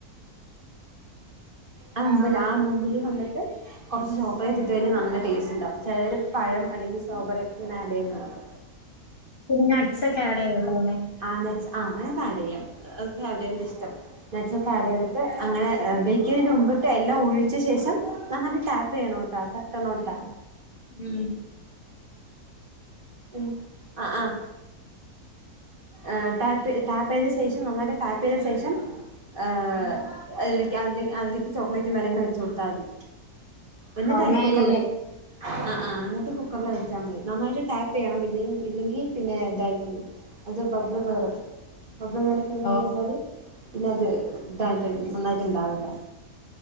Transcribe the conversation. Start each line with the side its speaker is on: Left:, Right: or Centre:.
Right: ആഹ് മുമ്പിൽ ആ മുമ്പിൽ വന്നിട്ട് കുറച്ച് ചോ <unintelligible> ഇട്ട് കഴിഞ്ഞാൽ നല്ല ടേസ്റ്റ് ഉണ്ടാവും. ചെലവര് പഴം അല്ലെങ്കി സ്ട്രോബറി യൊക്കങ്ങന ഏഡെയ്യുന്ന കാണാ
Left: പിന്ന നട്ട്സ് ഒക്കെ ഏഡയ്യൊല്ലോ <unintelligible>
Right: ആഹ് നട്ട്സ് ആഹ് അങ്ങനെക്ക ഏഡയ്യാം അതൊക്കെ അവരവന്റെ ഇഷ്ടം. നട്സൊക്കെ ആടെയ്തിട്ട് അങ്ങനെ ബേയ്ക്കെയ്യുന്നതിന് മുമ്പ് ട്ട് എല്ലാം ഉൾ ച്ച ശേഷം നന്നായ്ട്ട് ടാപ്പയ്യണോട്ടാ തട്ടണോട്ടാ.
Left: ഉം
Right: ഉം ആഹ് ആഹ് ഏഹ് ടാപ്പ് ടാപ്പയ്ത സേ റ്റ് നന്നായിട്ട് ടാപ്പയ്ത സേഷം ഏഹ് ക്ക് അതിലിക്ക് അതില് അതിലിക്ക് ചോക്ലേറ്റ് മേലങ്ങനെ വെച്ചു കൊടുത്താതി. എന്നിട്ടയ്നെ
Left: ഓഹ് മേലില്
Right: കുക്കറിലൊഴിക്കാ അ ആ എന്നിട്ട് കുക്ക <unintelligible> വെച്ചാ മതി നന്നായിട്ട് ടാപ് പ്പെയ്യണം ഇല്ലെ ഇല്ലെങ്കി പിന്നെ ഇതായി പോവും അത് ബബ്ലള് കേറും ബബ്ലള് കേറി കഴിഞ്ഞഴിഞ്ഞാല്
Left: ഓ
Right: പിന്നെ അത് ഇതായിട്ട് നന്നായിട്ടുണ്ടാവില്ല